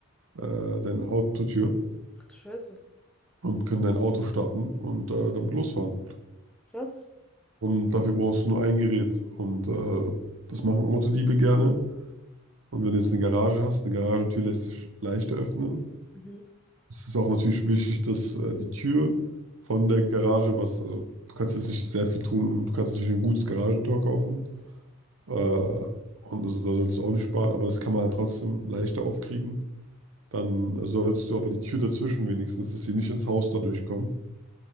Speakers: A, on the right; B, in the centre.
A: äh, deine Autotür
B: Ach du Scheiße.
A: und können dein Auto starten und äh, damit losfahren.
B: Krass.
A: Und dafür brauchst du nur ein Gerät. Und äh, das machen Autodiebe gerne. Und wenn du jetzt eine Garage hast, eine Garagentür lässt sich leichter öffnen.
B: Mhm.
A: Es ist auch natürlich wichtig, dass äh, die Tür von der Garage, was, also du kannst jetzt nicht sehr viel tun, und du kannst natürlich ein gutes Garagentor kaufen. Äh, und also da sollst du auch nicht sparen, aber das kann man halt trotzdem leichter aufkriegen. Dann sollst du aber die Tür dazwischen wenigstens, dass sie nicht ins Haus dadurch kommen.